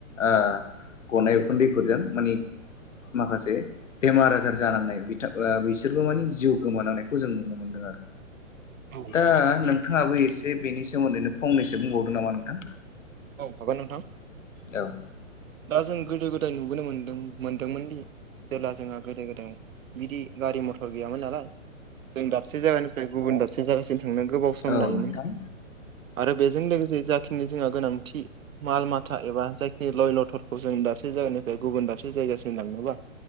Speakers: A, on the left (about 65°); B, on the right (about 75°).
A: ओ गनाय उखुन्दैफोरजों माने माखासे बेमार आजार जालांनाय बिथा ओ बिसोरबो माने जिउ गोमानांनायखौ जों नुनो मोनदों आरो।
B: औ
A: दा नोंथाङाबो एसे बेनि सोमोन्दैनो फंनैसो बुंबावदों नामा नोंथां?
B: औ हागोन नोंथां।
A: औ।
B: दा जों गोदो गोदाय नुबोनो मोनदों मोनदोंमोन दि जेब्ला जोंहा गोदो गोदाय बिदि गारि मथर गैयामोन नालाय। जों दाबसे जायगानिफ्राय गुबुन दाब से जागासिम थांनो गोबाव सम
A: औ
B: लायोमोन
A: नोंथां
B: आरो। बेजों लोगोसे जाखिनि जोंहा गोनांथि थि माल माथा एबा जायखि लय लथरखौ जों दाबसे जायगानिफ्राय गुबुन दाबसे जायगासिम लांनोबा